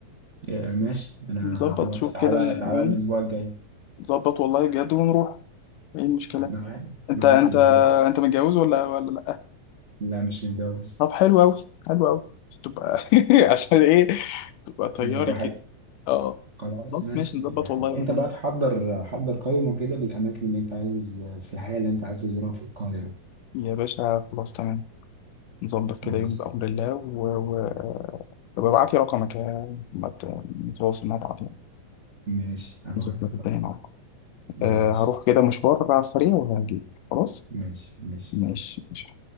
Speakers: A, on the right (about 30°); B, on the left (about 80°).
A: آه، ماشي انا
B: نظبط
A: موافق
B: شوف
A: تعالى
B: كده
A: تعالى
B: يوم
A: الاسبوع الجاي
B: نظبط والله بجد ونروح إيه المشكلة
A: معاك
B: أنت
A: معاك
B: أنت
A: الاسبوع الجاي
B: أنت متجوز ولا ولا لأ
A: لا مش متجوز
B: طب حلو أوي حلو أوي تبقى <laughs> عشان إيه تبقى طياري
A: لا براحتك
B: كده اه
A: خلاص
B: خلاص
A: ماشي
B: ماشي نظبط
A: يعني
B: والله ون...
A: انت بقى تحضر حضر قائمة كده بالاماكن اللي انت عايز السياحية اللي انت عايز تزورها في القاهرة
B: يا باشا خلاص تمام نظبط كده
A: ماشي
B: يوم بأمر الله و... و... طب ابعت لي رقمك يا- ما ت- نتواصل مع بعض يعني
A: ماشي هبعت
B: نظبط الدنيا
A: لك.
B: مع بعض
A: ماشي
B: أه هروح كده مشوار على السريع وهجيلك خلاص
A: ماشي ماشي
B: ماشي ماشي